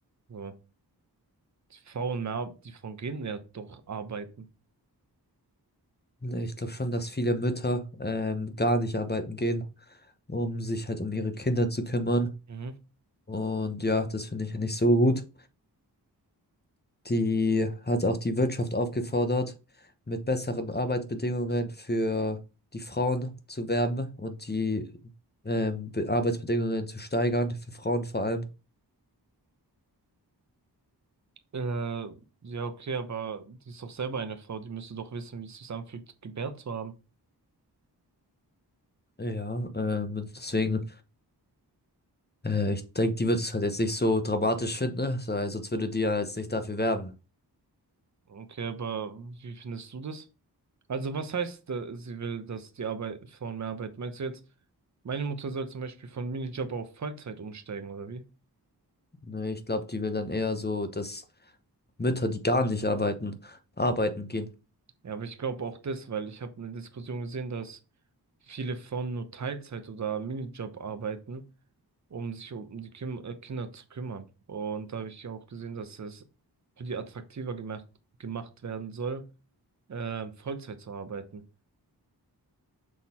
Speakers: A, on the right; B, on the left.
A: So, die faulen mehr ab, die von gehen ja doch arbeiten.
B: Ne, Ich glaube schon, dass viele Mütter ähm, gar nicht arbeiten gehen, um sich halt um ihre Kinder zu kümmern.
A: Mhm.
B: Und ja, das finde ich ja nicht so gut. Die hat auch die Wirtschaft aufgefordert, mit besseren Arbeitsbedingungen für die Frauen zu werben und die ähm, Be- Arbeitsbedingungen zu steigern, für Frauen vor allem.
A: Äh, ja, okay, aber die ist doch selber eine Frau, die müsste doch wissen, wie es sich anfühlt, gebärt zu haben.
B: Ja, ähm, deswegen, äh, ich denke, die wird es halt jetzt nicht so dramatisch finden, ne? Weil sonst würde die ja jetzt nicht dafür werben.
A: Okay, aber wie findest du das? Also was heißt, äh, sie will, dass die Arbeit, Frauen mehr arbeiten? Meinst du jetzt, meine Mutter soll zum Beispiel von Minijob auf Vollzeit umsteigen oder wie?
B: Nee, ich glaube, die will dann eher so, dass Mütter, die gar nicht arbeiten, arbeiten gehen.
A: Ja, aber ich glaube auch das, weil ich habe eine Diskussion gesehen, dass viele Frauen nur Teilzeit oder Minijob arbeiten, um sich um um die Kim äh, Kinder zu kümmern. Und da habe ich auch gesehen, dass es für die attraktiver gemacht, gemacht werden soll, äh, Vollzeit zu arbeiten.